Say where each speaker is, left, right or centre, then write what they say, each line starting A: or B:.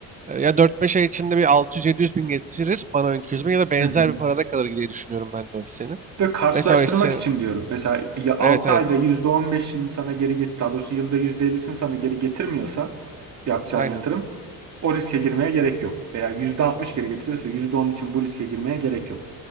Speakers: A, on the right; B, on the right.
A: E, Ya dört beş ay içinde bir altı yüz yedi yüz bin getirir bana o 200 bin ya da benzer
B: Hı hı.
A: bir parada kalır diye düşünüyorum ben de o hissenin.
B: de karşılaştırmak
A: Mesela işte
B: için diyorum. Mesela ya 6
A: evet evet
B: ayda %15'ini sana geri get, daha doğrusu yılda %50'sini sana geri getirmiyorsa yapacağın
A: aynen
B: yatırım o riske girmeye gerek yok. Veya %60 geri getiriyorsa %10 için bu riske girmeye gerek yok.